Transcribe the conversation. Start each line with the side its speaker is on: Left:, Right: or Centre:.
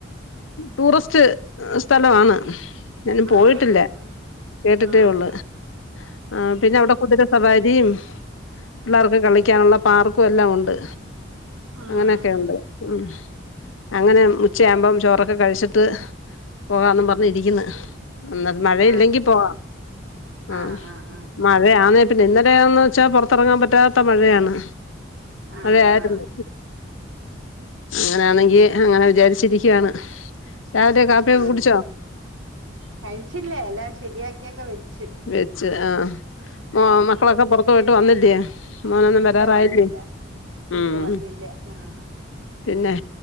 Left: ടൂറസ്റ്റ് സ്ഥലംവാന്ന് ഞാനും പോയിട്ടില്ല
Right: ആഹ് ആഹ്
Left: കേട്ടിട്ടേ
Right: ആഹ്
Left: ഉള്ളു ആഹ് പിന്നെ അവിടെ കുതിര സവാരിയും പിള്ളേർക്ക് കളിക്കാനുള്ള പാർക്കും എല്ലാം ഉണ്ട്
Right: ആഹ്
Left: അങ്ങനെയൊക്കെ
Right: ആഹ്
Left: ഉണ്ട് ഉം അങ്ങനെ ഉച്ചയാവുമ്പം ചോറൊക്കെ കഴിച്ചിട്ട് പോകാന്ന് പറഞ്ഞിരിക്കുന്നു ന്നേരം മഴയില്ലെങ്കി
Right: ആഹ് അത്
Left: പോവാം
Right: ശരി
Left: ആ
Right: ആഹ് ആഹ് ആഹ്
Left: മഴയാന്ന് പിന്നെ ഇന്നലെയന്ന് വെച്ചാൽ പുറത്തിറങ്ങാൻ പറ്റാത്ത മഴയാന്ന്
Right: ആഹ്
Left: മഴ ആയിരുന്നു
Right: ആഹ്
Left: അങ്ങനെയാണെങ്കി അങ്ങനെ വിചാരിച്ചിരിക്കുവാണ് രാവിലെ കാപ്പി
Right: ആഹ്
Left: കുടിച്ചോ
Right: കഴിച്ചില്ലേ എല്ലാം ശരിയാക്കിയൊക്കെ വെച്ച്
Left: വെച്ച് ആഹ് മോ
Right: ഉം
Left: മക്കളൊക്കെ പൊറത്തു പോയിട്ട് വന്നില്ലേ മോനൊന്നും
Right: ഇല്ല
Left: വരാറായില്ലേ
Right: വന്നില്ല ഇല്ല
Left: ഉം
Right: വന്നില്ലേ ആഹ്
Left: പിന്നെ